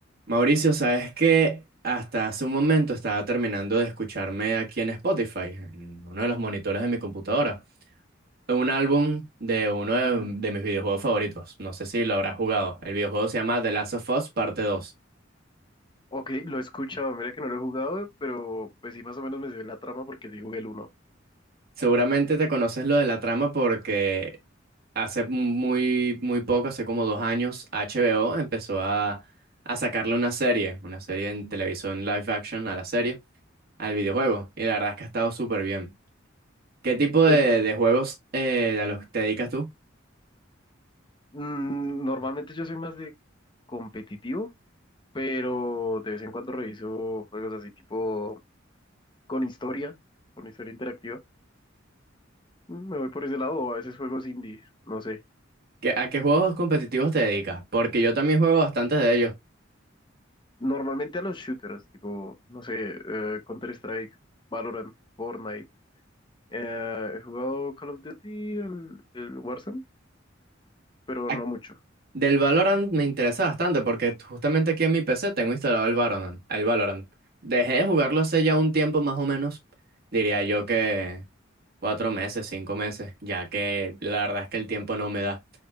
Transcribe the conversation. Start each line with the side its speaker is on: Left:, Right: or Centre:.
Right: Mauricio, sabes que hasta hace un momento estaba terminando de escucharme aquí en Spotify, en uno de los monitores de mi computadora, un álbum de uno de, de mis videojuegos favoritos. No sé si lo habrás jugado. El videojuego se llama The Last of Us Parte dos
Left: Ok, lo he escuchado, mira que no lo he jugado, pero pues sí, más o menos me se la trama porque sí jugué el uno.
Right: Seguramente te conoces lo de la trama porque hace muy, muy poco, hace como dos años, HBO empezó a, a sacarle una serie, una serie en televisión live action a la serie, al videojuego. Y la verdad es que ha estado súper bien. ¿Qué tipo de,
Left: Es-
Right: de juegos eh, a los que te dedicas tú?
Left: mm, normalmente yo soy más de competitivo, pero de vez en cuando reviso juegos así tipo con historia, con historia interactiva. Mm, Me voy por ese lado o a veces juegos indie, no sé.
Right: ¿Qué- a qué juegos competitivos te dedicas? Porque yo también juego bastantes de ellos.
Left: Normalmente a los shooters, tipo, no sé, eh, Counter-Strike, Valorant, Fortnite. Eh, he jugado Call of Duty, el, el Warzone, pero
Right: A-
Left: no mucho.
Right: Del Valorant me interesa bastante porque justamente aquí en mi PC tengo instalado el Valorant, el Valorant. Dejé de jugarlo hace ya un tiempo más o menos, diría yo que cuatro meses, cinco meses, ya que la verdad es que el tiempo no me da.